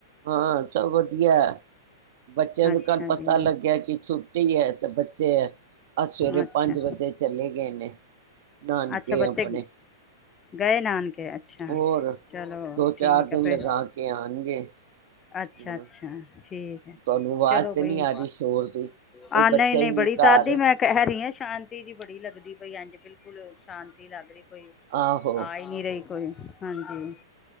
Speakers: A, on the right (about 55°); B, on the left (about 25°).
A: ਹਾਂ ਸਭ ਵਧੀਆ ਬੱਚਿਆਂ ਦਾ
B: ਅੱਛਾ
A: ਕੱਲ੍ਹ ਪਤਾ
B: ਜੀ
A: ਲੱਗਿਆ ਕਿ ਛੁੱਟੀ ਹੈ ਤੇ ਬੱਚੇ ਅਹ ਸਵੇਰੇ
B: ਅੱਛਾ
A: ਪੰਜ ਵਜੇ ਚਲੇ ਗਏ ਨੇ ਨਾਨਕੇ
B: ਅੱਛਾ ਬੱਚੇ
A: ਆਪਣੇ
B: ਗਏ ਨਾਨਕੇ ਅੱਛਾ
A: ਹੋਰ
B: ਚਲੋ
A: ਦੋ
B: ਠੀਕ
A: ਚਾਰ ਦਿਨ
B: ਆ ਫਿਰ
A: ਲਗਾ ਕੇ ਆਉਣਗੇ
B: ਅੱਛਾ
A: ਹੁਣ
B: ਅੱਛਾ ਠੀਕ ਹੈ
A: ਤੁਹਾਨੂੰ ਆਵਾਜ਼
B: ਚਲੋ
A: ਤੇ
B: ਬਈ
A: ਨਹੀਂ ਆ ਰਹੀ ਸ਼ੋਰ ਦੀ ਕੋਈ
B: ਆ
A: ਬੱਚਾ
B: ਨਹੀਂ ਨਹੀਂ
A: ਹੀ
B: ਬੜੀ
A: ਘਰ
B: ਤਦ ਹੀ ਮੈਂ ਕਹਿ ਰਹੀ ਆ ਸ਼ਾਂਤੀ ਜੀ ਬੜੀ ਲੱਗਦੀ ਪਈ ਹਂਜੀ ਬਿਲਕੁਲ ਸ਼ਾਂਤੀ ਲੱਗ ਰਹੀ ਆ
A: ਆਹੋ
B: ਹੀ ਨਹੀਂ ਰਹੀ ਕੋਈ ਹਾਂਜੀ